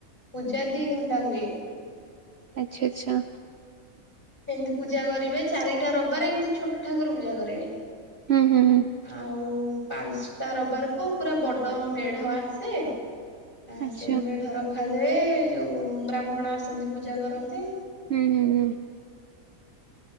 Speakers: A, on the left (about 35°); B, on the right (about 55°).
A: ପୂଜା ଦିଇ ଘଣ୍ଟା ହୁଏ।
B: ଆଚ୍ଛା ଆଚ୍ଛା।
A: ଏମିତି ପୂଜା କରିବେ ଚାରିଟା ରବିବାରେ ଏମିତି ଛୋଟ ଠାକୁର ପୂଜା କରିବେ।
B: ହୁଁ ହୁଁ ହୁଁ।
A: ଆଉ ପାଞ୍ଚଟା ରିବାରକୁ ପୁରା ବଡ଼ ମେଢ ଆସେ। ହଁ
B: ଆଚ୍ଛା ଆଚ୍ଛା
A: ସେଇ ମେଢ ରଖାଯାଏ ଯୋଉ ବ୍ରାହ୍ମଣ ଆସନ୍ତି ପୂଜା କରନ୍ତି।
B: ହୁଁଁ ହୁଁ। ହୁଁ ହୁଁ।